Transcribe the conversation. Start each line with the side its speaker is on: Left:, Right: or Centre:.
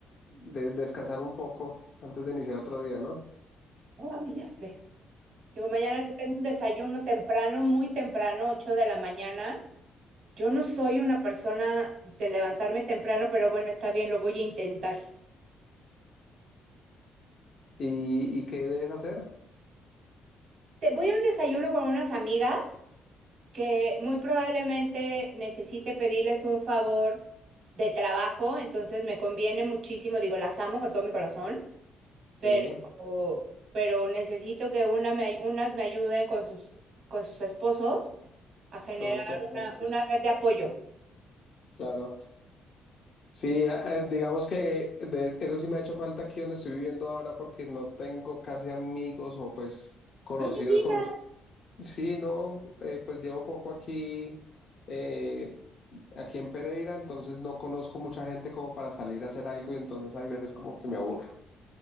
Left: de descansar un poco antes de iniciar otro día, ¿no?
Right: Ay, ya sé. Digo, mañana yo tengo un desayuno temprano, muy temprano, 8 de la mañana. Yo no soy una persona de levantarme temprano, pero bueno, está bien, lo voy a intentar.
Left: ¿Y, y qué debes hacer?
Right: Te, voy a un desayuno con unas amigas que muy probablemente necesite pedirles un favor de trabajo, entonces me conviene muchísimo, digo, las amo con todo mi corazón,
Left: Sí,
Right: pero, pero necesito que una me ay- unas me ayuden con sus, con sus esposos a generar
Left: con sus contactos,
Right: una, una red de apoyo.
Left: claro. Sí, a- eh, digamos que de- eso sí me ha hecho falta aquí donde estoy viviendo ahora porque no tengo casi amigos o pues conocidos
Right: No me digas,
Left: con Sí, no, eh, pues llevo poco aquí, eh, aquí en Pereira, entonces no conozco mucha gente como para salir a hacer algo y entonces hay veces como que me aburro.